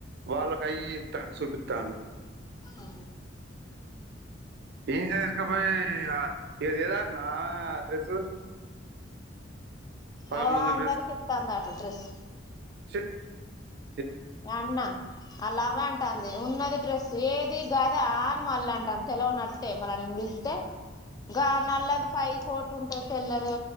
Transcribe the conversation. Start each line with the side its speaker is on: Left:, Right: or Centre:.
Right: వాళ్ళకి అయి ఇయి ఇతండు సుపితండు
Left: ఉ
Right: ఇంచే తీసుకుపోయి ఇగ ఇగ తేదటన డ్రెస్ పదమూడు
Left: ఓ
Right: వందల
Left: అందరి కితందట డ్రెస్సు
Right: చె
Left: నేఅన్న ఆలవ్వ అంటంది ఉన్నది డ్రెస్ ఏది గద అని మళ్ళ అంటంది తెలవనట్టే మళ్ళ నేను పిలుత్తే గ నల్లది పై కోట్ ఉంటది తెల్లది